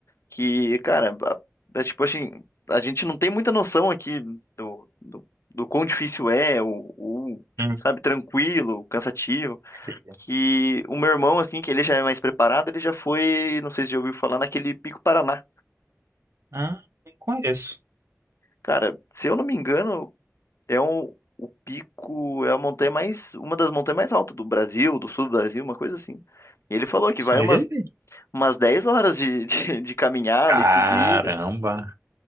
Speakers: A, on the left; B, on the right.
A: que, cara, a- é tipo assim, a gente não tem muita noção aqui do, do, do quão difícil é, o, o, tipo,
B: Hum,
A: sabe, tranquilo, cansativo,
B: entendi.
A: que o meu irmão, assim, que ele já é mais preparado, ele já foi, não sei se já ouviu falar, naquele Pico Paraná.
B: Ah, não conheço.
A: Cara, se eu não me engano, é um, o pico, é a montanha mais, uma das montanhas mais altas do Brasil, do sul do Brasil, uma coisa assim. E ele falou que
B: Nossa,
A: vai
B: Mas
A: umas
B: e aí?
A: umas 10 horas de, <laughs> de, de caminhada
B: Caramba!
A: e subida.